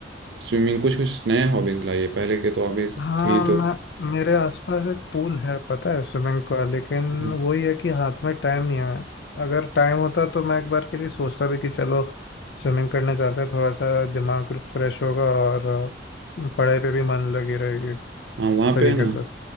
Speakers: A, on the right (about 75°); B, on the left (about 65°).
A: स्विमिंग कुछ कुछ नए हॉबीज़ लाइए पहले के तो हॉबीज़
B: हाँ
A: थे ही
B: मैं
A: तो
B: मेरे आसपास एक पूल है पता है स्विमिंग का लेकिन
A: हम्म।
B: वही है कि हाथ में टाइम नहीं है अगर टाइम होता तो मैं एक बार के लिए सोचता भी कि चलो स्विमिंग करने जाते हैं थोड़ा सा दिमाग फ्रेश होगा और अ, पढ़ाई पे भी मन लगी रहेगी
A: हाँ वहाँ
B: उस तरीके
A: पे है ना
B: से